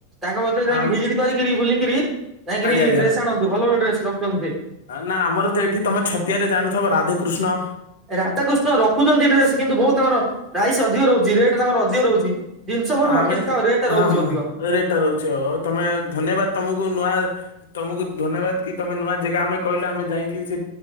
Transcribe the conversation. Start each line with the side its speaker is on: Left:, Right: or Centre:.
Right: ତାଙ୍କ କତୀରେ ଯାଇକି
Left: ଆମ୍-
Right: ଭିଜିଟ କରିକିରି ବୁଲିକିରି ଜାଇଁକିରି
Left: ଆଜ୍ଞା ଆଜ୍ଞା।
Right: ଡ୍ରେସ ଆଣନ୍ତୁ ଭଲ ଭଲ ଡ୍ରେସ ରଖୁଛନ୍ତି ସେ।
Left: ନା ଆମର ତ ଏଇଠି ତମେ ଛତିଆରେ ଜାଣିଥିବ ରାଧେକୃଷ୍ଣ।
Right: ରାଧେକୃଷ୍ଣ ରଖୁଛନ୍ତି ଡ୍ରେସ କିନ୍ତୁ ବୋହୁତ ତାଙ୍କର ପ୍ରାଇସ ଟିକେ ଅଧିକ ରହୁଚି ରେଟ୍ ତାଙ୍କର ଅଧିକ ରହୁଚି ଜିନିଷ ଭଲ
Left: ଆମେ
Right: କିନ୍ତୁ ତାଙ୍କ ରେଟଟା
Left: ହଁ
Right: ରହୁଚି
Left: ହଁ
Right: ଅଧିକ।
Left: ରେଟ୍ ଟା ରହୁଛି ଆଉ ଆଉ ତମେ ଧନ୍ୟବାଦ ତମକୁ ନୂଆ ତମକୁ ଧନ୍ୟବାଦ କି ତମେ ନୂଆ ଜାଗା ଆମେ କହିଲେ ଆମେ ଯାଇକି ସେ